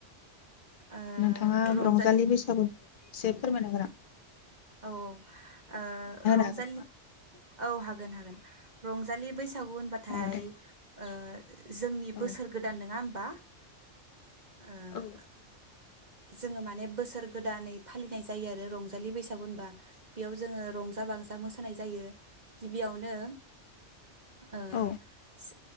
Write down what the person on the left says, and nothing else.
नोंथाङा
रंजालि बैसागु एसे फोरमायना होनां।
हागोन नामा
औ दे
औ
औ
औ